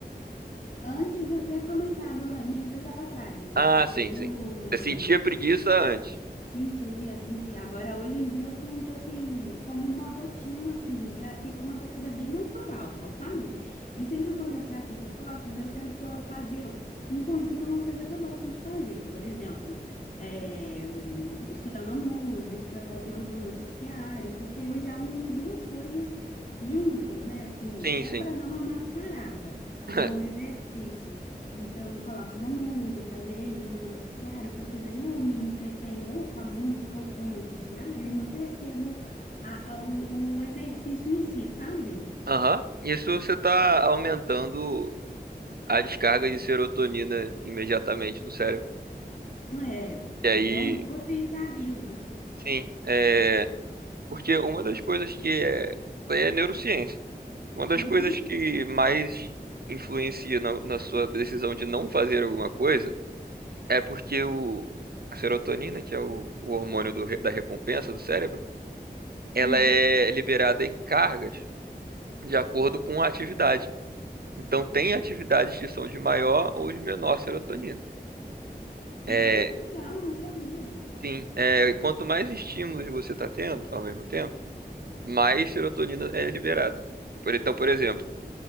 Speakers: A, on the left; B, on the right.
A: Antes de eu ter começado né, meses atrás, eu,
B: Ah, sim,
A: eu
B: sim. Você sentia preguiça antes.
A: Sentia, sentia. Agora, hoje em dia, eu sinto assim, como uma rotina, assim, já fica uma coisa bem natural, sabe? E sempre quando eu pratico esportes, eu tento colo- fazer em conjunto uma coisa que eu gosto de fazer. Por exemplo, é, hum, escutar uma música, ver algum noticiário, porque eu já uno duas coisas juntas, né? Assim,
B: Sim,
A: até
B: sim.
A: para dar uma mascarada
B: <laughs>
A: no exercício. Então, coloco uma música, vejo um noticiário, porque daí eu me entretenho ou com a música ou com o noticiário e não percebo a- a- o, o exercício em si, sabe?
B: Aham. Isso você está aumentando a descarga de serotonina imediatamente no cérebro.
A: É,
B: E aí,
A: então, potencializo.
B: sim, é, Porque uma das coisas que é, é neurociência. Uma das
A: Uhum,
B: coisas que mais influencia na, na sua decisão de não fazer alguma coisa é porque o, a serotonina, que é o, o hormônio do re- da recompensa do cérebro, ela
A: hum.
B: é liberada em cargas de acordo com a atividade. Então, tem atividades que são de maior ou de menor serotonina. É,
A: Ai, que legal, não sabia.
B: sim, é, quanto mais estímulos você está tendo ao mesmo tempo, mais serotonina é liberada. Por- Então, por exemplo,